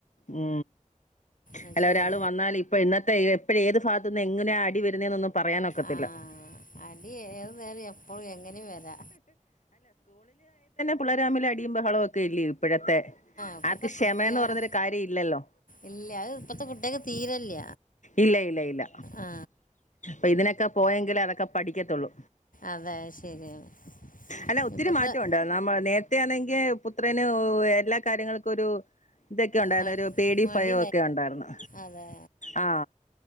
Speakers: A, on the left; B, on the left.
A: ഉ
B: ആ,
A: അല്ല
B: ശരി
A: ഒരാള് വന്നാൽ ഇപ്പൊ ഇന്നത്തെ ഇപ്പോഴ ഏത് ഭാഗത്തുനിന്ന് എങ്ങനെയാ അടി വരുന്നന്നെന്നൊന്നും പറയാനൊക്കത്തില്ല
B: ആ അടി ഏതു നേരം എപ്പഴും എങ്ങനെ വരാ
A: പുള്ളരാമില് അടിയും ബഹളൊക്കെ ഇലയൊ ഇപ്പോഴത്തെ
B: ഇപ്പോഴത്തെ
A: ആർക്ക് ക്ഷമന്ന്
B: കുട്ടികളെ
A: പറഞ്ഞൊരു കാര്യം ഇല്ലല്ലോ
B: ഇല്ല അത് ഇപ്പോഴത്തെ കുട്ടികൾക്ക് തീരല്ല
A: ഇല്ല ഇല്ല ഇല്ല
B: ആ
A: അ ഇതിന ക്കപോയങ്കിൽ അതൊക്കപ പഠിക്കത്തുള്ളൂ
B: അതെ ശരിയാണ്
A: അല്ല ഒത്തിരി
B: ഇപ്പോഴത്തെ
A: മാറ്റമുണ്ട നമ്മ നേ <unintelligible> ആണെങ്കിൽ പുത്രന് എല്ലാ കാര്യങ്ങൾക്കും ഒരു ഇതൊക്കെ ഉണ്ടായിന്നു
B: മടി
A: ഒരു പേ ഡി
B: മടി
A: ഫൈയം ഒക്കെ ഉണ്ടായിരുന്നു
B: അതെ
A: ആ